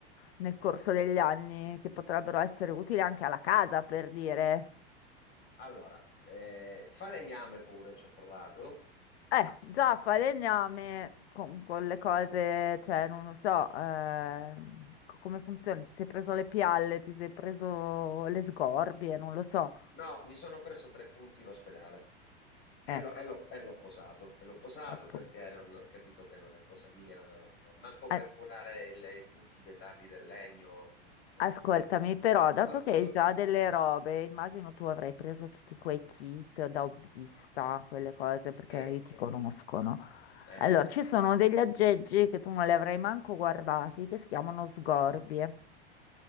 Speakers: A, on the left; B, on the left.
A: nel corso degli anni che potrebbero essere utili anche alla casa, per dire?
B: Allora, eh, falegname pure, ci ho provato.
A: Eh, già, falegname con, con le cose, cioè, non lo so, ehm, co- come funziona? Ti sei preso le pialle, ti sei preso le sgorbie, non lo so.
B: No, mi sono preso tre punti in ospedale. E
A: Ecco,
B: l'ho e l'ho- e l'ho posato, e l'ho posato
A: appunto.
B: perché non, ho capito che non è cosa mia, no. Manco per
A: Eh,
B: curare il- i buchi dei tarli del legno, no.
A: Ascoltami, però,
B: Tr-
A: dato che
B: tr-
A: hai già delle robe, immagino tu avrai preso tutti quei kit da hobbista, quelle cose, perché
B: Eh,
A: io ti conosco, no?
B: eh,
A: Allora, ci sono degli aggeggi che tu non li avrai manco guardati, che si chiamano sgorbie.